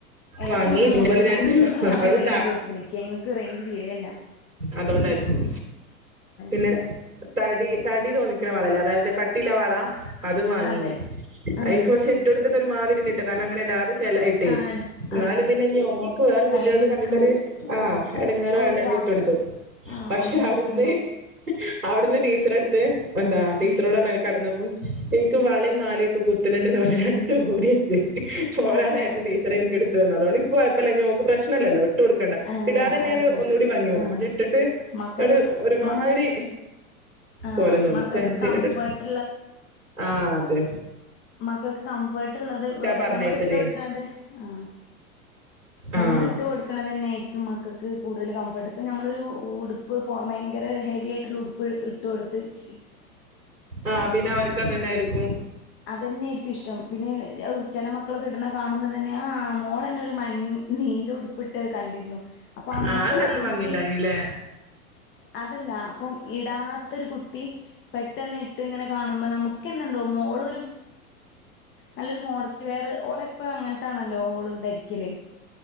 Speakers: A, on the left (about 25°); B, on the right (about 80°).
A: എടക്ക്
B: വാങ്ങി
A: ഇങ്ങനെ മുറിഞ്ഞു
B: അതുപോലെ
A: പോണുണ്ട്ട്ടോ
B: രണ്ട്
A: ങ്ങള് നല്ല
B: ഒരു
A: റേഞ്ചി
B: താ
A: ഉള്ളടത്തേക്ക് നിക്ക്. കെങ്ങ് ഇക്ക് റേഞ്ച് തീരേല്ല.
B: അതോണ്ടായിരിക്കും. പിന്നെ
A: ശരി
B: തടി തടി തോന്നിക്ക് ക്ണ വളേല്ലേ അതായത് കട്ട് ട്ടീളള വള അതും വാങ്ങിന്.
A: അതെ ആഹ്
B: അയെനിക്കു പക്ഷെ ഇട്ടൊര് അത്ട്ടിട്ട് ഒരു മാതിരി. <unintelligible> കാരണം അങ്ങനെടാതെ ചെലയിട്ടേ
A: ആണ്
B: എന്നാലും
A: അതെ അതെ
B: പിന്നെ ഓൾക്ക് വേറെ കുട്ടികൾക്ക്
A: കൈയും
B: കണ്ടിട്ടൊരു
A: ക
B: അ
A: പൂ
B: എടങ്ങറ് വേണ്ടാന്ന്
A: ഒരുതാവ
B: കരുതി ഇട്ടുകൊടുത്തു.
A: ആഹ്
B: പക്ഷെ
A: ഒഴിഞ്ഞിരിക്കുമ്പോ
B: അവിടുന്ന് അവിടുന്ന് ടീച്ചർ എടുത്ത് എന്താ ടീച്ചറോട്
A: ഉം
B: പറഞ്ഞു <unintelligible> കടന്നപ്പം എനിക്ക് വളയും
A: ഉം
B: മാലയൊക്കെ കുട് പിന്നെ എന്റേന്ന് വള രണ്ടും ഊരി വെച്ച് പോരാനേരത്ത്
A: ആഹ്
B: ടീച്ചർ എനിക്കെടുത് <unintelligible> അതുകൊണ്ട് എനിക്ക് കൊഴപ്പല്ല ഇനി ഓൾക് പ്രശ്നല്ലല്ലോ. ഇട്ട് കൊടുക്കണ്ട
A: ആഹ്
B: ഇടാ അതന്നെയാണ്
A: അത് ശരി
B: ഒന്നൂടി ഭംഗി <unintelligible>
A: ആഹ്
B: പക്ഷേ ഇട്ടിട്ട്
A: മക്കൾക്ക്
B: ഒരു ഒരുമായിരി
A: മ ആഹ്
B: കോലം തോന്നും,
A: മക്കൾക്ക്
B: ഫാൻസിയൊക്കെ
A: കംഫർട്ട്
B: ഇട്ടിട് ആ തെ
A: മക്കക്ക് കംഫർട്ട് ള്ളത് വ്
B: പറഞ്ഞയച്ചതേ
A: നമ്മള് ഇട്ട് കൊടുക്കണത് ആ
B: ആഹ്
A: നമ്മള് ഇട്ട് കൊടുക്കണ തന്നൊയിരി ക്കും മക്കക്ക് കൂടുതല് കംഫർട്ട് പ്പ ഞമ്മളൊരു ഉടുപ്പ് പൊ ഭയങ്കര ഹെവി ആയിട്ടുള്ള ഉടുപ്പ് ഇട്ട് കൊടുത്ത് ച്
B: ആ പിന്നെ അവര്ക്ക് അതന്നെ ആയിരിക്കും.
A: അതന്നെയിരിക്കും ഇഷ്ടം, പിന്നെ ചെല മക്കളൊക്കെ ഇടുന്ന കാണുമ്പം തന്നെ ആ മോള ന്നെ ഒരു മൻ നീല ഉടുപ്പിട്ട് കണ്ടിരുന്നു, അപ്പ അങ്ങനത്തെ
B: ആഹ് അത് നല്ല
A: ഒരു കുട്ടി
B: ഭംഗിണ്ടായിനില്ലേ
A: അതല്ല അപ്പ ഇടാത്തൊരു കുട്ടി പെട്ടെന്ന് ഇട് ത്ങ്ങനെ കാണുമ്പ നമുക്ക്ന്നെന്തോ മോള് നല്ലൊരു മോഡസ്റ്റ് വെയർ ഓളെ ഇപ്പ അങ്ങനത്താണല്ലോ ഓള് ധരിക്കല്,